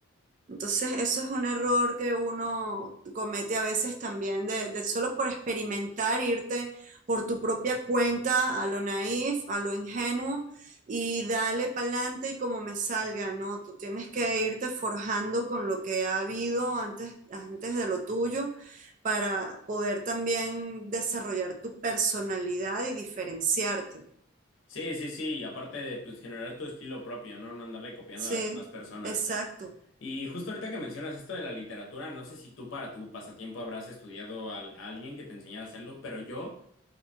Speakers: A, on the right; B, on the left.
A: Entonces, eso es un error que uno comete a veces también, de, de solo por experimentar, irte por tu propia cuenta a lo naif, a lo ingenuo y dale pa'lante y como me salga, ¿no? Tú tienes que irte forjando con lo que ha habido antes, antes de lo tuyo para poder también desarrollar tu personalidad y diferenciarte.
B: Sí, sí, sí, y aparte de pues generar tu estilo propio, ¿no? No andarle copiando
A: Sí,
B: a las demás personas.
A: exacto.
B: Y justo ahorita que mencionas esto de la literatura, no sé si tú para tu pasatiempo habrás estudiado al- a alguien que te enseñara a hacerlo, pero yo